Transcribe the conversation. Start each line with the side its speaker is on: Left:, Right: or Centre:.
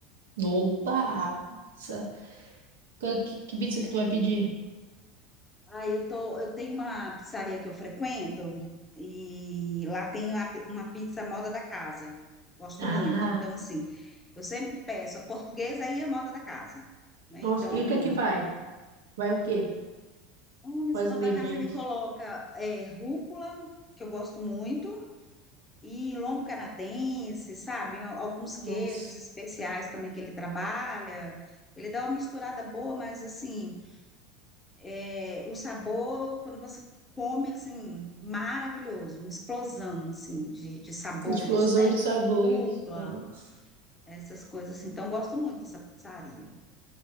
Right: Oba, pizza. Qual é Que, que pizza que tu vai pedir?
Left: Ah, eu tô, eu tenho uma pizzaria que eu frequento e lá tem uma, pi- uma pizza moda da casa. Gosto
Right: Ah,
Left: muito. Então, assim, eu sempre peço a portuguesa aí é moda da casa, né?
Right: nossa,
Left: Então,
Right: e o que é que vai? Vai o quê?
Left: hum, nessa
Right: Quais
Left: moda
Right: ingredientes?
Left: da casa ele coloca é, rúcula, que eu gosto muito, e lombo canadense, sabe? Al- Alguns queijos
Right: Nossa,
Left: especiais também que ele trabalha. Ele dá uma misturada boa, mas assim. É, o sabor, quando você come, assim, maravilhoso, uma explosão, assim, de, de sabores,
Right: explosão
Left: né?
Right: de sabores.
Left: Rúcula,
Right: Nossa.
Left: essas coisas, assim. Então, eu gosto muito dessa pizzaria.